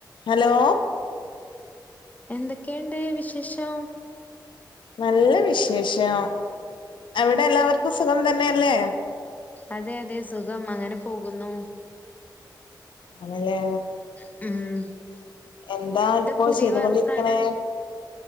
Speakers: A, on the left; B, on the left.
A: Hello
B: എന്തൊക്കെയുണ്ട് വിശേഷം
A: നല്ല വിശേഷം അവിടെ എല്ലാവർക്കും സുഖം തന്നെയല്ലേ
B: അതെ അതെ സുഖം അങ്ങനെ പോകുന്നു
A: ആണല്ലേ
B: ഉം
A: എന്താ ഇപ്പൊ
B: പുതിയ
A: ചെയ്തു
B: വർത്താനം?
A: കൊണ്ടിരിക്കണേ